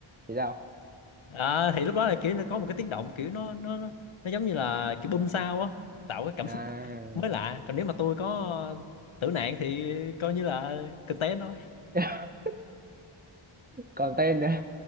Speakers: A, on the right (about 20°); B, on the left (about 70°).
A: thì sao
B: à, thì lúc đó là kiểu nó có một cái tiếng động kiểu nó nó nó, nó giống như là kiểu bum sao á tạo cái cảm
A: à
B: xúc mới lạ còn nếu mà tôi có tử nạn thì coi như là content thôi
A: <laughs> content nữa